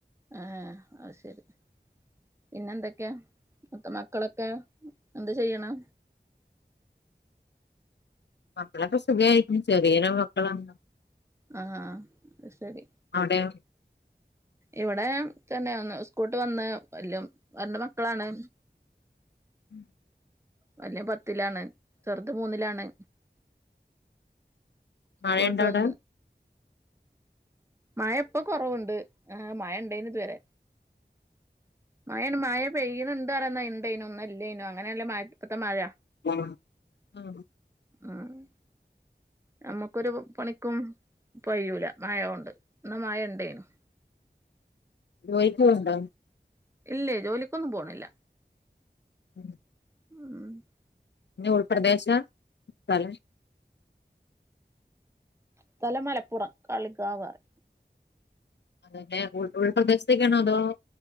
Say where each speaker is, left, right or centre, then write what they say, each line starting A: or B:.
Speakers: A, on the right; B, on the left.
A: ആഹ് അഹ്ശെരി പിന്നെന്തൊക്കേയാ അവിടുത്തെ മക്കളൊക്കെ എന്താ ചെയ്യണു
B: മക്കളൊക്കെ സുഖായിരിക്കുന്നു ചെറിയന മക്കളാന്നോ
A: ആഹ അത് ശരി
B: അവ്ടെയോ
A: ഇവിടെ തന്നെ സ്കൂൾ വിട്ട് വന്ന് രണ്ട് മക്കളാണ്
B: <inaudible>
A: വല്ല്യയ് പത്തിലാണ് ചെർത് മൂന്നിലാണ് സ്കൂള്ട്ട്‌വന്ന്‌
B: മഴയുണ്ടോ അവിടെ
A: മഴ ഇപ്പൊ കൊറവുണ്ട് മഴ ഇണ്ടേനി ഇതുവരെ മഴയാണ് മഴ പെയ്യനിണ്ട് പറന്ന ന്നാ ഇ ണ്ടെന്നും ന്നാ ഇല്ലെന്നും അങ്ങനല്ലേ മഴ ഇപ്പൊത്ത മഴ
B: ആ ആഹ
A: ആഹ് നമ്മുക്കൊരു പണിക്കും കയ്യൂല മഴകൊണ്ട് എന്നാ മഴ ഉണ്ടെന്നും
B: ജോലിക് പോവുണ്ടോ
A: ഇല്ലേ ജോലിക്കൊന്നും പോണില്ല
B: മ്
A: ഉം
B: നീ ഉൾപ്രദേശാ സ്ഥലം
A: സ്ഥലം മലപ്പുറം കാളികാവഅറയും
B: അതന്നെ ഉൾപ്രദേശത്തു അഹ്‌ണോ